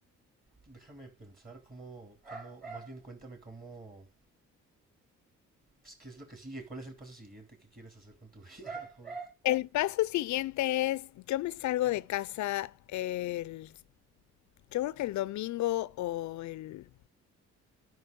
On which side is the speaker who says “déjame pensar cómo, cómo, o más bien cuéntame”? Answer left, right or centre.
Right